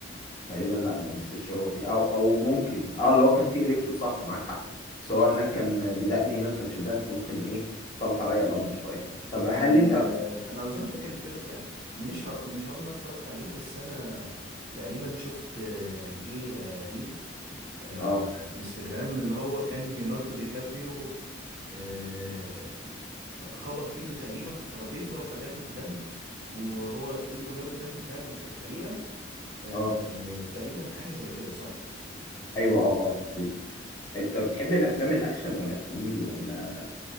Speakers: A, on the left; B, on the right.
A: تقريبا لا ما مسش هو فيه او او ممكن اه اللي هو كان فيه الكترو صح معاك حق بس هو هناك كان بدقن هنا ما كانش بدقن فممكن ايه اختلط عليا الامر شوية طب
B: آه
A: هل انت
B: انا اظن فاكر الفيلم يعني مش ه... مش هقول ان انا اتفرجت عليه بس انا تقريبا شفت آه ليه آه ريل آه،
A: اه
B: على انستجرام اللي هو كان ليوناردو دي كابريو آه، خبط ايده تقريبا في ترابيزة فجاب الدم وهو ايده جاب الدم فعلا في الحقيقة آه،
A: اه
B: آه، تقريبا حاجة زي كده صح؟
A: ايوه اه اه تقريباً. انت بتحب الافلام الاكشن ولا الكوميدي ولا